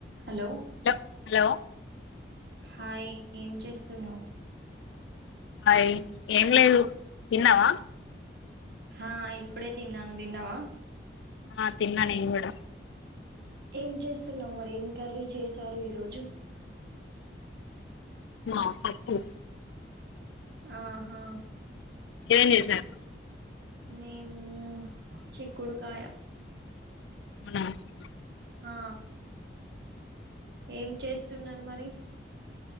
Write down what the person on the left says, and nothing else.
లో హలో
అయ్ ఏం లేదు తిన్నావా
ఆ తిన్నా నేకూడ
మా పప్పు
ఏం చేశారు
<inaudible>